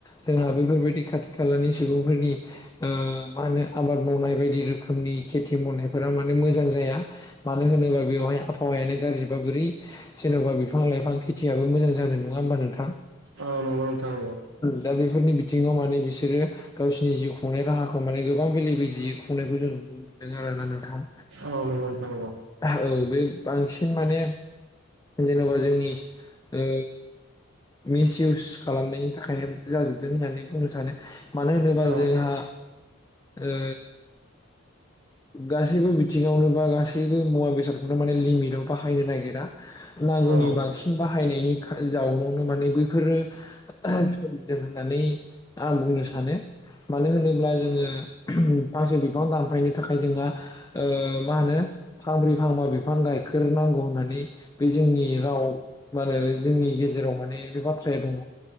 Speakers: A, on the left; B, on the right.
A: जोंहा बेफोरबायदि खाथि खाथि खालानि सुबुंफोरनि ओ मा होनो आबाद मावनाय बायदि रोखोमनि खेथि मावनायफोरा माने मोजां जाया मानो होनोबा बेवहाय आबहावायानो गाज्रिबा बोरै जेन'बा बिफां लाइफां खेथियाबो मोजां जानाय नङा होमबा नोंथां
B: औ नंगौ नोंथां नंगौ
A: दा बेफोरनि बिथिङाव माने बिसोरो गावसिरनि जिउ खुंनाय राहाखौ माने गोबां बेले बेजेयै खुङ नायखौ जों नुनो मोनदों आरोना नोंथां
B: औ नंगौ नोंथां औ
A: औ बे बांसिन माने जेनेबा जोंनि ओ मिस इउस खालामनायनि थाखायनो जाजोबदों होननानै बुंनो सानो मानो होनोबा
B: औ
A: जोंहा ओ गासैबो बिथिङावनो बा गासैबो मुवा बेसादखौनो माने लिमिटाव बाहायनो नागिरा नांगौनि
B: औ
A: बांसिन बाहायनायनि जाउनावनो माने बैफोरो समजिदों होननानै आं बुंनो सानो मानो होनोब्ला जोङो फांसे बिफां दानफायनो था खाय जोंहा ओ मा होनो फाब्रै फांबा बिफां गायखेर नांगौ होननानै जोंनि राव मा होनो जोंनि गेजेराव माने बे बाथ्राया दङ